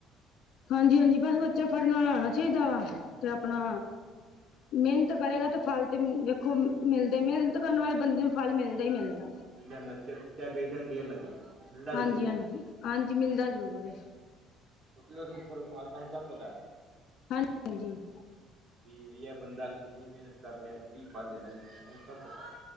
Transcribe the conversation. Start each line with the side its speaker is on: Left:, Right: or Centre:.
Left: ਹਾਂਜੀ -ਹਾਂਜੀ ਬਸ ਬੱਚਾ ਪੜ੍ਹਨ ਆਲਾ ਹੋਣਾ ਚਾਹੀਦਾ ਵਾ, ਤੇ ਆਪਣਾ
Right: <unintelligible> ਜੀ
Left: ਮਿਹਨਤ ਕਰੇਗਾ ਤਾਂ ਫਲ ਤਾਂ ਵੇਖੋ ਮਿਲਦੇ, ਮਿਹਨਤ ਕਰਨ ਵਾਲੇ ਬੰਦੇ ਨੂੰ ਫਲ ਮਿਲਦੈ ਹੀ ਮਿਲਦੈ।
Right: ਮਿਲਦਾ ਚਾਹੇ ਬੇਸ਼ੱਕ ਦੇਰ ਲੱਗੇ। ਮਿਲਦਾ
Left: ਹਾਂਜੀ
Right: ਜ਼ਰੂਰ ਹੈ।
Left: -ਹਾਂਜੀ -ਹਾਂਜੀ ਮਿਲਦਾ ਜ਼ਰੂਰ ਐ।
Right: ਕਿਉਂਕਿ ਉਹ ਪਰਮਾਤਮਾ ਨੂੰ ਸਭ ਪਤਾ।
Left: ਹਾਂਜੀ -ਹਾਂਜੀ।
Right: ਕਿ ਬਈਆ ਬੰਦਾ ਕਿੰਨੀ ਮਿਹਨਤ ਕਰ ਰਿਹਾ, ਕੀ ਫਲ ਦੇਣਾ ਇਹਨੂੰ ਇਹ ਸਭ ਪਤਾ।